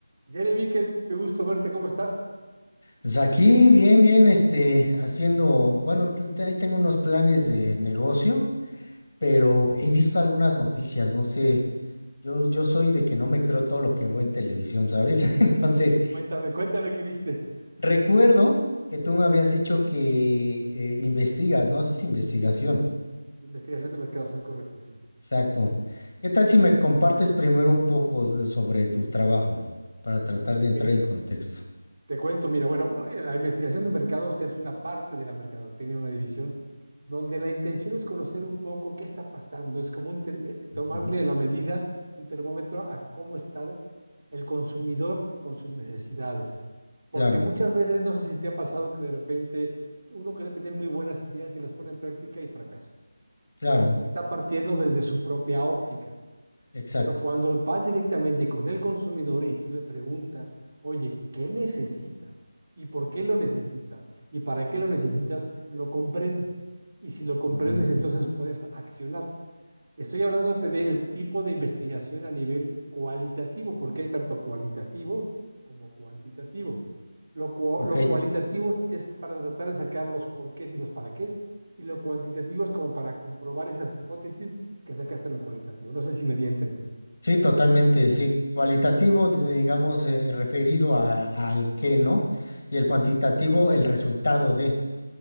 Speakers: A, on the right; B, on the left.
A: Jeremy, qué, qué gusto verte, ¿cómo estás?
B: Pues aquí, bien, bien, este, haciendo, bueno, te- te- ahí tengo unos planes de negocio, pero
A: Sí.
B: he visto algunas noticias, no sé, yo, yo soy de que no me creo todo lo que veo en televisión, ¿sabes? <laughs> Entonces,
A: Cuéntame, cuéntame qué viste.
B: recuerdo que tú me habías dicho que eh, investigas, ¿no? Haces investigación,
A: Investigación de mercados, es correcto, sí.
B: exacto. ¿Qué tal si me compartes primero un poco de- sobre tu trabajo para tratar
A: Ok,
B: de entrar en contexto?
A: te cuento, mira, bueno, bueno, la investigación de mercados es una parte de la mercadotecnia, una división donde la intención es conocer un poco qué está pasando, es como un term- tomarle
B: Ujú.
A: la medida, un termómetro a cómo está el consumidor con sus necesidades. Porque
B: Claro,
A: muchas veces, no sé si te ha pasado que de repente uno cree tener muy buenas ideas y las pone en práctica y fracasa.
B: claro,
A: Está partiendo desde su propia óptica.
B: exacto.
A: Pero cuando vas directamente con el consumidor y tú le preguntas, oye, ¿qué necesitas? ¿Y por qué lo necesitas? ¿Y para qué lo necesitas? Lo comprendes. Y si lo comprendes,
B: Ujú.
A: entonces puedes accionar. Estoy hablándote del tipo de investigación a nivel cualitativo, porque hay tanto cualitativo como cuantitativo. Lo, cua-
B: Ok,
A: lo cualitativo es para tratar de sacar los porqués y los para qués, y lo cuantitativo es como para comprobar esas hipótesis que sacaste en lo cualitativo. No sé si me di a entender.
B: Sí, totalmente, sí. Cualitativo, di- digamos, eh, eh, referido a, al qué, ¿no? Y el cuantitativo, el resultado de.